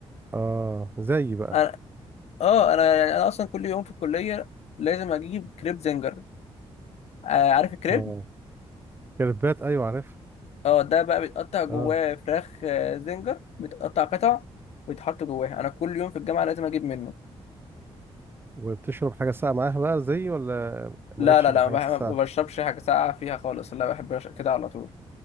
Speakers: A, on the right; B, on the left.
A: اه زي بقى
B: انا اه انا يعني انا اصلا كل يوم في الكليه لازم اجيب كريب زنجر آه عارف الكريب
A: اه كريبات ايوه عارف
B: اه ده بقى بيتقطع جواه
A: اه
B: فراخ آه، زنجر بيتقطع قطع ويتحط جواها انا كل يوم في الجامعه لازم اجيب منه
A: وبتشرب حاجه ساقعه معاها بقى زي ولا
B: لا
A: مالكش
B: لا
A: في
B: لا
A: الحاجات
B: ما بح-
A: الساقعه
B: ما بشربش حاجه ساقعه فيها خالص لا بحب أش- كده على طول